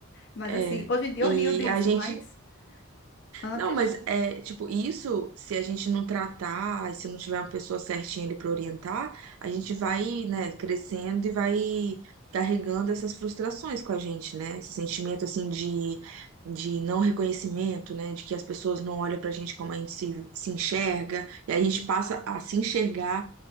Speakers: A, on the left; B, on the right.
A: Mas
B: é.
A: assim, hoje em dia
B: E
A: eu rio disso,
B: a gente
A: mas antes.
B: Não, mas é, tipo, isso, se a gente não tratar, se não tiver uma pessoa certinha ali para orientar, a gente vai, né, crescendo e vai carregando essas frustrações com a gente, né? Esse sentimento, assim, de, de não reconhecimento, né? De que as pessoas não olham pra gente como a gente se, se enxerga, e aí a gente passa a se enxergar